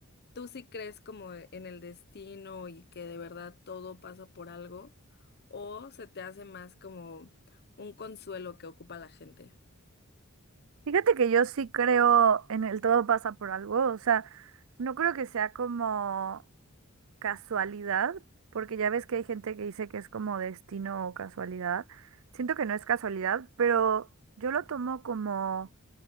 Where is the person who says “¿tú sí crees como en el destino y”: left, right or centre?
Left